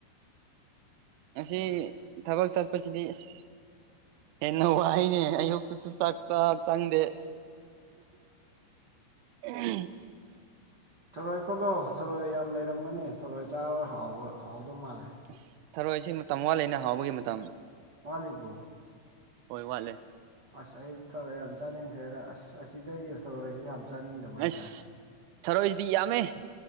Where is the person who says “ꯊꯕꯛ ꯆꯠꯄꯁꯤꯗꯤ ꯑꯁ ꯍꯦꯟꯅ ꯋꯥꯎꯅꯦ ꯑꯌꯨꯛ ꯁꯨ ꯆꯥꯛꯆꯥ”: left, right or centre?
Right